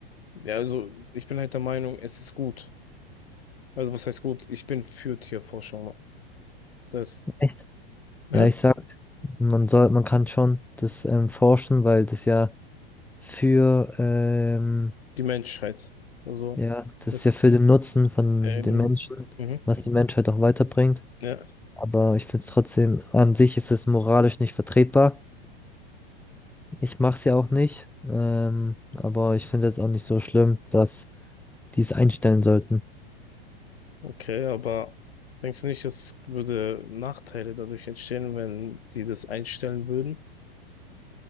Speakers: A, on the left; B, in the centre.
A: Ja, also ich bin halt der Meinung, es ist gut. Also was heißt gut? Ich bin für Tierforschung. Das,
B: Echt?
A: ne?
B: Ja, ich sag, man soll, man kann schon das ähm, forschen, weil das ja für, ähm,
A: Die Menschheit. Also,
B: ja, das
A: das,
B: ist ja für den Nutzen von
A: äh,
B: den
A: genau.
B: Menschen,
A: Mhm.
B: was die Menschheit auch weiterbringt.
A: Ja,
B: Aber ich finde es trotzdem, an sich ist es moralisch nicht vertretbar. Ich mach's ja auch nicht, ähm, aber ich finde es jetzt auch nicht so schlimm, dass die es einstellen sollten.
A: okay, aber denkst du nicht, es würde Nachteile dadurch entstehen, wenn die das einstellen würden?